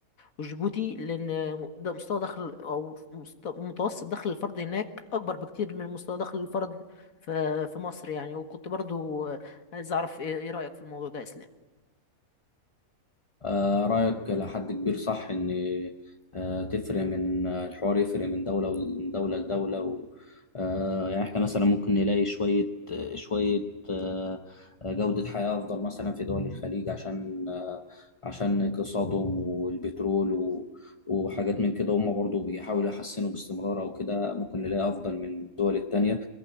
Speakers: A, on the left (about 75°); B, on the left (about 25°).
A: وجيبوتي لأن ده مستوى دخل أو مست- متوسط دخل الفرد هناك أكبر بكتير من مستوى دخل الفرد في في مصر يعني وكنت برضو عايز أعرف إيه إيه رأيك في الموضوع ده يا إسلام
B: آه، رأيك لحد كبير صح إن آه، تفرق من آه، الحوار يفرق من دولة من دولة لدولة و آه، يعني إحنا مثلا ممكن نلاقي شوية شوية آه، جودة حياة أفضل مثلا في دول الخليج عشان آه، عشان اقتصادهم والبترول و- وحاجات من كده هم برضو بيحاولوا يحسنوا باستمرار أو كده ممكن نلاقي أفضل من الدول التانية